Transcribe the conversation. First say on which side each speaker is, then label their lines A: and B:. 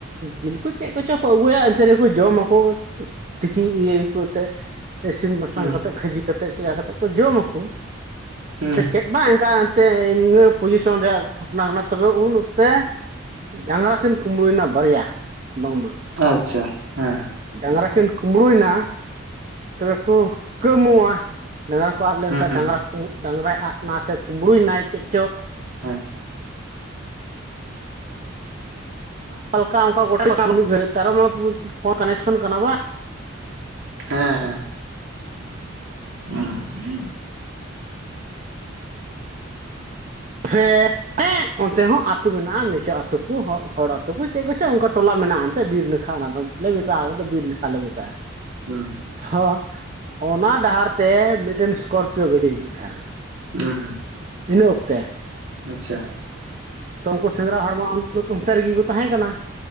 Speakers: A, on the right; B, on the right.
A: ᱡᱤᱞᱠᱩ ᱪᱮᱫ ᱠᱚᱪᱚ ᱠᱚ ᱟᱹᱜᱩᱭᱟ ᱮᱚᱱᱛ ᱨᱮᱠᱚ ᱡᱚᱢᱟᱠᱚ ᱾ ᱛᱤᱠᱤ ᱤᱭᱟᱹ ᱠᱟᱛᱮᱫ ᱤᱥᱤᱱ ᱵᱟᱥᱟᱝ
B: ᱦᱩᱸ
A: ᱠᱟᱛᱮᱫ ᱠᱷᱟᱹᱡᱤ ᱠᱟᱛᱮᱫ ᱪᱮᱠᱟ ᱠᱟᱛᱮᱜ ᱠᱚ ᱡᱚᱢ ᱟᱠᱚ ᱾
B: ᱦᱩᱸ
A: ᱥᱮ ᱪᱮᱫ ᱵᱟᱝ ᱚᱱᱠᱟᱱ᱾ ᱛᱮ ᱤᱱᱟᱹ ᱯᱚᱡᱤᱥᱚᱱ ᱨᱮᱭᱟᱜ ᱜᱷᱚᱴᱚᱱᱟ ᱠᱟᱱᱟ ᱛᱚᱵᱮ ᱩᱱ ᱚᱠᱛᱮ ᱰᱟᱝᱜᱨᱟ ᱠᱤᱱ ᱠᱩᱸᱢᱵᱽᱲᱩᱭᱱᱟ ᱵᱟᱨᱭᱟ ᱵᱟᱝᱢᱟ ᱾
B: ᱟᱪᱪᱷᱟ ᱦᱮᱸ ᱦᱮᱸ ᱾
A: ᱰᱟᱝᱜᱨᱟ ᱠᱤᱱ ᱠᱩᱸᱢᱵᱽᱲᱩ ᱭᱮᱱᱟ ᱛᱚᱵᱮ ᱠᱚ ᱠᱟᱹᱢᱩᱣᱟ ᱾ ᱰᱟᱝᱜᱨᱟ ᱠᱚ ᱟᱫ ᱞᱮᱱᱠᱷᱟᱱ
B: ᱦᱩᱸ ᱦᱩᱸ
A: ᱰᱟᱝᱜᱨᱟ ᱠᱚ ᱰᱟᱝᱜᱨᱟᱭ ᱟᱫ ᱮᱱᱟ ᱥᱮ ᱠᱩᱸᱢᱵᱽᱲᱩᱭᱱᱟᱭ ᱪᱮᱫ ᱪᱚ ᱾
B: ᱦᱮᱸ ᱾ <inaudible>
A: ᱚᱠᱟ ᱚᱱᱠᱟ ᱜᱚᱴᱟ ᱢᱤᱫ ᱜᱷᱟᱹᱲᱤᱡ ᱚᱱᱟ ᱯᱷᱚᱱ ᱠᱟᱱᱮᱠᱥᱚᱱ ᱠᱟᱱᱟ ᱵᱟᱝ ᱾
B: ᱦᱮᱸ ᱦᱮᱸ ᱾ <inaudible>
A: <inaudible> ᱦᱮᱸ ᱚᱱᱛᱮ ᱦᱚᱸ ᱟᱹᱛᱩ ᱢᱮᱱᱟᱜ-ᱟ ᱢᱮᱤᱪᱩ ᱟᱹᱛᱩ ᱠᱚ ᱦᱚᱲ ᱟᱹᱛᱩ ᱠᱚ ᱪᱮᱫ ᱠᱚᱪᱚᱝ ᱚᱱᱠᱟ ᱴᱚᱞᱟ ᱢᱮᱱᱟᱜ-ᱟ ᱮᱱᱛᱮ ᱵᱤᱨ ᱱᱟᱠᱷᱟ ᱚᱱᱟ ᱫᱚ, ᱞᱮ ᱢᱮᱛᱟᱜ-ᱟ ᱟᱞᱮ ᱫᱚ ᱵᱤᱨ ᱱᱟᱠᱷᱟ ᱞᱮ ᱢᱮᱛᱟᱜ-ᱟ ᱾
B: ᱦᱩᱸ
A: ᱦᱚᱸ ᱚᱱᱟ ᱰᱟᱦᱟᱨ ᱛᱮ ᱢᱤᱫᱴᱮᱱ ᱤᱥᱠᱚᱨᱯᱤᱭᱚ ᱜᱟᱹᱰᱤ ᱦᱤᱡᱩᱜ ᱛᱟᱦᱮᱱᱟ ᱾
B: ᱦᱩᱸ ᱦᱩᱸ ᱾
A: ᱤᱱᱟᱹ ᱚᱠᱛᱮ ᱾
B: ᱟᱪᱪᱷᱟ ᱾
A: ᱛᱚ ᱩᱱᱠᱩ ᱥᱮᱸᱫᱽᱨᱟ ᱦᱚᱲ ᱢᱟ ᱚᱱᱛᱮ ᱨᱮᱜᱮ ᱠᱚ ᱛᱟᱦᱮᱸ ᱠᱟᱱᱟ ᱾